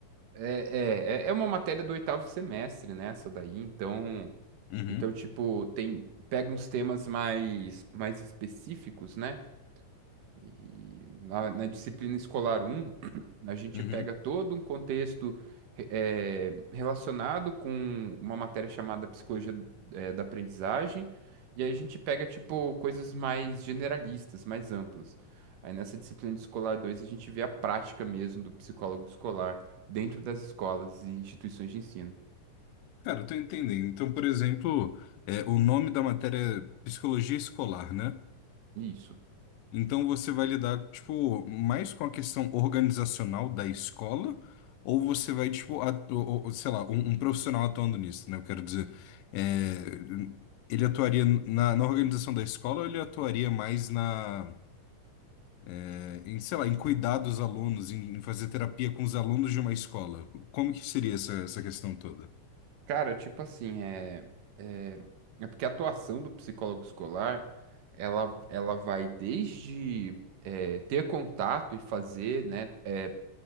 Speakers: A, on the right; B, on the left.
A: É, é, é é uma matéria do oitavo semestre, né? Essa daí, então.
B: Uhum,
A: Então, tipo, tem, pega uns temas mais, mais específicos, né? E na, na disciplina escolar um <clears throat> a gente
B: uhum.
A: pega todo um contexto re- eh, relacionado com uma matéria chamada Psicologia, eh, da Aprendizagem, e aí a gente pega, tipo, coisas mais generalistas, mais amplas. Aí nessa disciplina de escolar 2 a gente vê a prática mesmo do psicólogo escolar dentro das escolas e instituições de ensino.
B: Cara, eu tô entendendo. Então, por exemplo, é, o nome da matéria é psicologia escolar, né?
A: Isso.
B: Então você vai lidar, tipo, mais com a questão organizacional da escola, ou você vai, tipo, atu- ou- ou, sei lá, um, um profissional atuando nisso, né? Eu quero dizer, é, ele atuaria na, na organização da escola ou ele atuaria mais na é, em, sei lá, em cuidar dos alunos, em, em fazer terapia com os alunos de uma escola? Como que seria essa, essa questão toda?
A: Cara, tipo assim, é, é, é porque a atuação do psicólogo escolar, ela, ela vai desde é, ter contato e fazer, né, é,